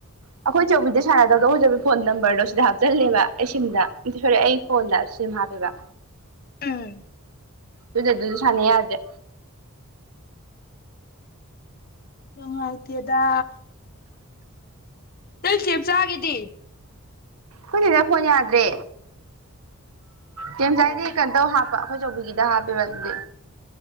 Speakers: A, on the right; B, on the left.
A: ꯑꯩꯈꯣꯏ ꯆꯧꯕꯤꯗ ꯁꯥꯟꯅꯗꯕꯗꯣ ꯑꯩꯈꯣꯏ ꯆꯧꯕꯤ ꯐꯣꯟ ꯅꯝꯕꯔ ꯁꯤꯗ ꯍꯥꯞꯆꯜꯂꯦꯕ ꯑꯩ ꯁꯤꯝꯗ ꯁꯣ ꯑꯩ ꯐꯣꯟꯗ ꯁꯤꯝ ꯍꯥꯞꯄꯦꯕ
B: ꯑꯥ
A: ꯑꯗꯨꯗ ꯑꯗꯨꯁꯨ ꯁꯥꯟꯅꯩ ꯌꯥꯒꯦ
B: ꯍ ꯗꯦꯗꯥ ꯅꯪ ꯁꯦꯝꯆꯥꯥꯈꯤꯗꯤ
A: ꯍꯅꯤꯗ ꯐꯣꯟꯅꯤꯗ꯭ꯔꯦ ꯀꯦꯝꯖꯥꯏꯗꯤ
B: ꯑꯣ
A: ꯀꯩꯅꯣꯇꯧ ꯍꯥꯞꯄ ꯑꯩꯈꯣꯏ ꯆꯧꯕꯒꯤꯗ ꯍꯥꯄꯦ ꯃꯦ